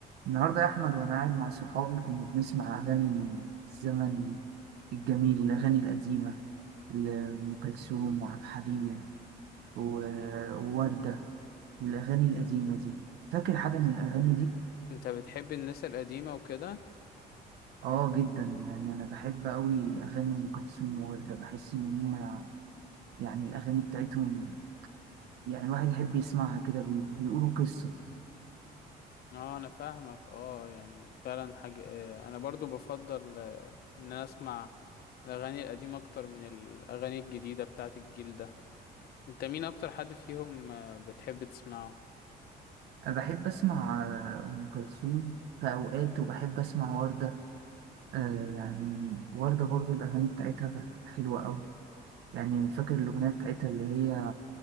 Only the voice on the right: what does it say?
النهاردة يا أحمد وأنا قاعد مع صحابي كنا بنسمع أغاني الزمن الجميل الأغاني القديمة لأم كلثوم وعبد الحليم و- ووردة والأغاني القديمة دي فاكر حاجة من الأغاني دي؟
آه جدا يعني أنا بحب أوي أغاني أم كلثوم ووردة بحس إن هما يعني الأغاني بتاعتهم يعني الواحد يحب يسمعها كده بي- بيقولوا قصة
أنا بحب أسمع آه، أم كلثوم في أوقات وبحب أسمع وردة آه يعني وردة برضو الأغاني بتاعتها حلوة أوي يعني فاكر الأغنية بتاعتها اللي هي